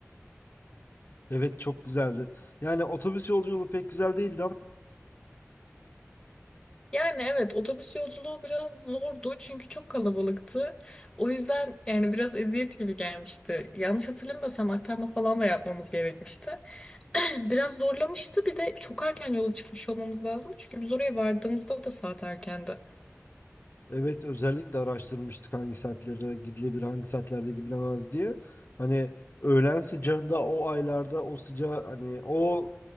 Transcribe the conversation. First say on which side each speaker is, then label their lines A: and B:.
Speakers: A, on the left (about 45°); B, on the left (about 15°).
A: Evet çok güzeldi. Yani otobüs yolculuğu pek güzel değildi ama.
B: Yani evet otobüs yolculuğu biraz zordu çünkü çok kalabalıktı. O yüzden yani biraz eziyet gibi gelmişti. Yanlış hatırlamıyorsam aktarma falan da yapmamız gerekmişti. <clears throat> <laughs> Biraz zorlamıştı bir de çok erken yola çıkmış olmamız lazım çünkü biz oraya vardığımızda da saat erkendi.
A: Evet özellikle araştırmıştık hangi saatlerde gidilebilir, hangi saatlerde gidilemez diye. Hani öğlen sıcağında o aylarda o sıcağı hani o